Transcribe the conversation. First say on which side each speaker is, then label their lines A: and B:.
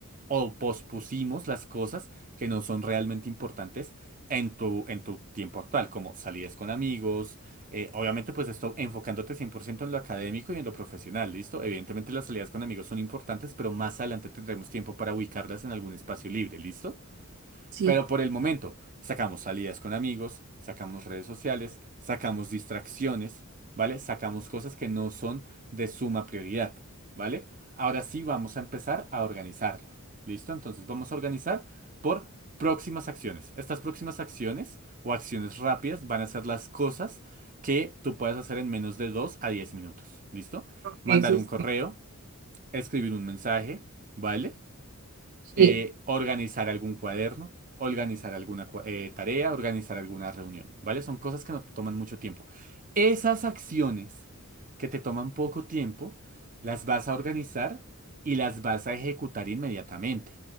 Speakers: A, on the right (about 35°); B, on the right (about 55°).
A: o pospusimos las cosas que no son realmente importantes en tu, en tu tiempo actual, como salidas con amigos. eh, obviamente, pues esto enfocándote 100% en lo académico y en lo profesional, ¿listo? Evidentemente las salidas con amigos son importantes, pero más adelante tendremos tiempo para ubicarlas en algún espacio libre, ¿listo?
B: Sí,
A: Pero por el momento, sacamos salidas con amigos, sacamos redes sociales, sacamos distracciones, ¿vale? Sacamos cosas que no son de suma prioridad, ¿vale? Ahora sí vamos a empezar a organizarlo. ¿Listo? Entonces vamos a organizar por próximas acciones. Estas próximas acciones o acciones rápidas van a ser las cosas que tú puedas hacer en menos de 2 a 10 minutos. ¿Listo?
B: ok,
A: Mandar
B: sí,
A: un correo,
B: sí,
A: escribir un mensaje, ¿vale?
B: sí,
A: eh, organizar algún cuaderno, organizar alguna cua- eh, tarea, organizar alguna reunión, ¿vale? Son cosas que no te toman mucho tiempo. Esas acciones que te toman poco tiempo, las vas a organizar y las vas a ejecutar inmediatamente.